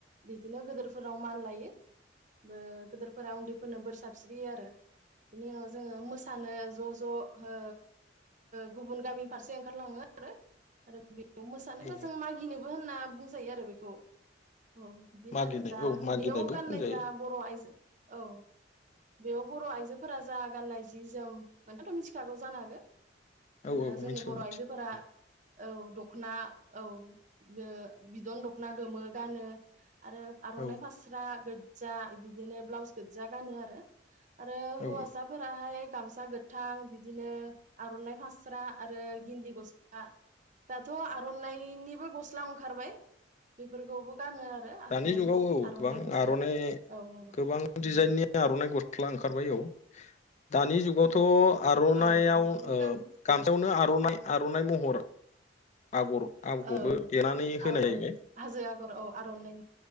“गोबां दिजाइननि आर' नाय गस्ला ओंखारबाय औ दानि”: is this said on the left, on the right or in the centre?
Left